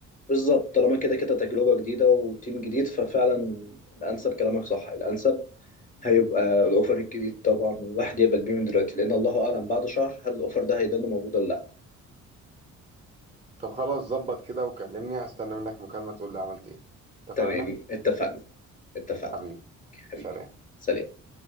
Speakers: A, on the left (about 25°); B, on the right (about 20°).
A: بالظبط طالما كده كده تجربة جديدة وتيم جديد ففعلا الأنسب كلامك صح الأنسب هيبقى الأوفر الجديد طبعا والواحد يقبل بيه من دلوقتي لأن الله أعلم بعد شهر هل الأوفر ده هيضل موجود ولا لأ
B: طب خلاص ظبط كده وكلمني هستنى منك مكالمه تقول لي عملت ايه اتفقنا
A: تمام اتفقنا اتفقنا
B: حبيبي
A: أوكي، حبيبي
B: سلام
A: سلام